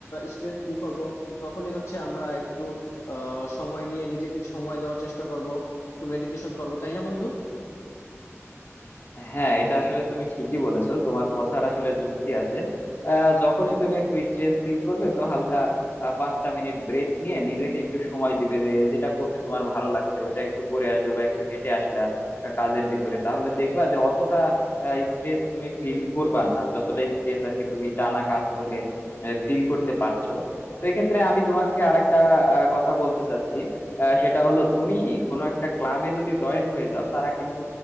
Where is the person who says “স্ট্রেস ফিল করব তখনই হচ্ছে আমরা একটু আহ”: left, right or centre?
Left